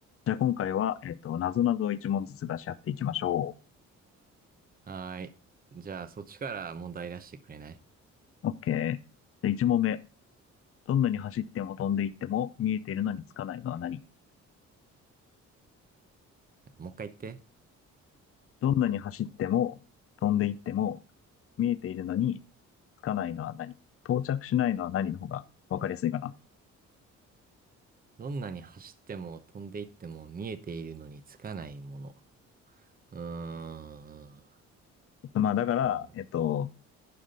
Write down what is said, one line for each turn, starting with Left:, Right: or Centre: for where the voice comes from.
Left: じゃあ今回は、えっと、なぞなぞを一問ずつ出し合っていきましょ
Right: はーい。じゃあ、そっちから問題出してくれない
Left: う。OK。で、一問目。どんなに走っても飛んでいっても見えているのにつかないのは何
Right: もう一回言って。
Left: どんなに走っても飛んでいっても見えているのにつかないのは何到着しないのは何の方がわかりやすいかな。
Right: どんなに走っても飛んでいっても見えているのにつかないもの。うーん。
Left: まあだから、
Right: うん
Left: えっと、